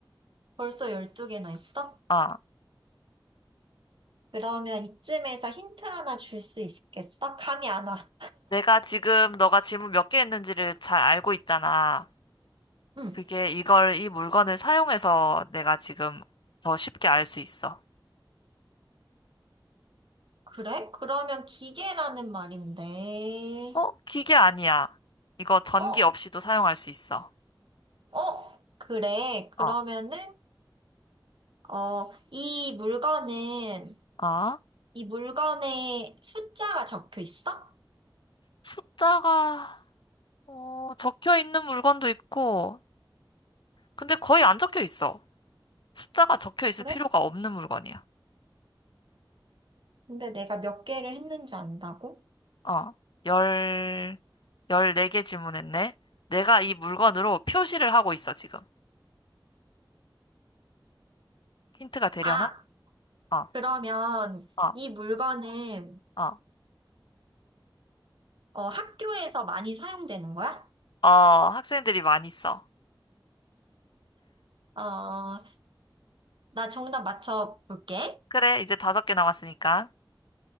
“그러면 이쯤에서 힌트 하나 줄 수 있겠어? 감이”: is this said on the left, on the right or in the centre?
Right